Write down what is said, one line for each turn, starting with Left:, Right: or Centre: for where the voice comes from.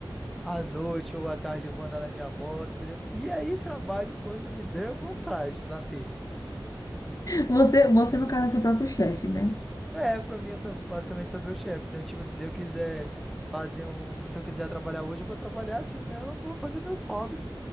Centre: à noite ou à tarde eu vou andar na minha moto, entendeu? E aí trabalho quando me der vontade na telha.
Left: Você, você, no caso, é seu próprio chefe, né?
Centre: É, pra mim eu sou basicamente sou meu chefe. Então, tipo, se eu quiser fazer um. Se eu quiser trabalhar hoje, eu vou trabalhar, senão eu vou fazer meus hobbies.